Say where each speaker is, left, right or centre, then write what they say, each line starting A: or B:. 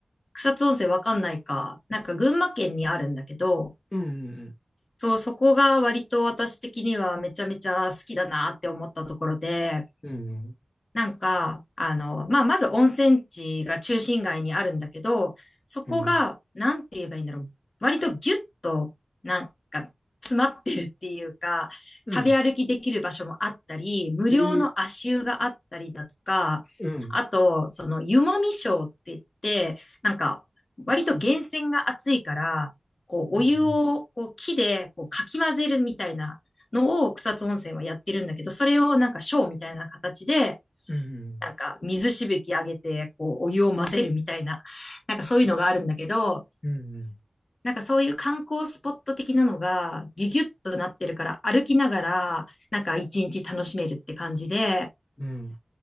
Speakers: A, on the left; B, on the left.
A: 草津温泉わかんないか。なんか群馬県にあるんだけど、
B: うんうん
A: そう、そこが割と私的にはめちゃめちゃ好きだなって思ったところで、
B: うん。
A: なんか、あの、まあ、まず温泉地が中心街にあるんだけど、そこが、
B: うん
A: なんて言えばいいんだろう。割とギュッと、なんか、詰まってるっていうか、
B: うん。
A: 食べ歩きできる場所もあったり、無料の足湯があったりだとか、
B: へえうん。へえうん
A: あと、その、湯もみショーって言って、なんか、割と源泉が熱いから、こう、
B: うんうん。
A: お湯を、こう、木で、こう、かき混ぜるみたいなのを草津温泉はやってるんだけど、それをなんかショーみたいな形で、
B: うんうん。
A: なんか水しぶき上げて、こう、お湯を混ぜるみたいな、なんかそういうのがあるんだけど、
B: うんうん。
A: なんかそういう観光スポット的なのがギュギュッとなってるから歩きながらなんか一日楽しめるって感じで、
B: うん